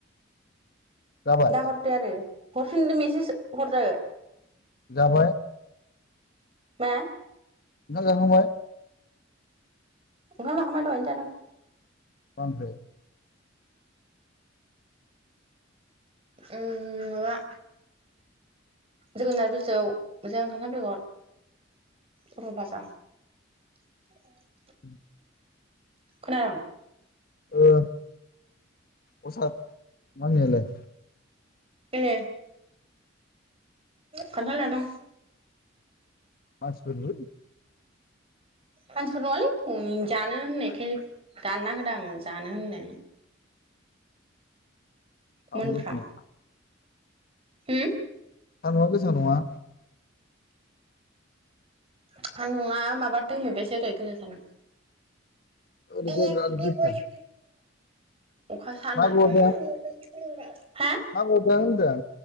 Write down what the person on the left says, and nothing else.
जाबाय
जाबाय
ओंखाम जाखांबाय
मा ओंख्रि
<inaudible>
ओ असाद मामियालाय
मानसिफोरबो
साम'
गोसा नङा
सान्दुं आ गोसा नङा
ओरैजाय
बिराद
गोसा
मा
गदों मा गदों होनदों